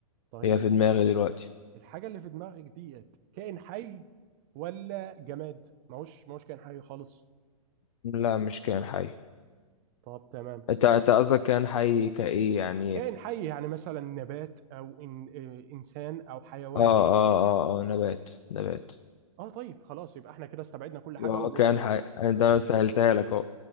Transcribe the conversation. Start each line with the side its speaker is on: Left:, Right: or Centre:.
Right: طيب
Left: هي في دماغي دلوقتي
Right: الحاجة اللي في دماغك ديت كائن حي ولا جماد ماهوش ماهوش كائن حي خالص
Left: لا مش كائن حي
Right: طب تمام
Left: انت انت قصدك كائن حي كايه يعني
Right: كائن حي يعني مثلا نبات او إن... إيه، انسان او حيوان
Left: اه اه اه اه نبات نبات
Right: اه طيب خلاص يبقى احنا كده استبعدنا كل حاجة
Left: اه
Right: و
Left: كان حي... انا سهلتها لك اهو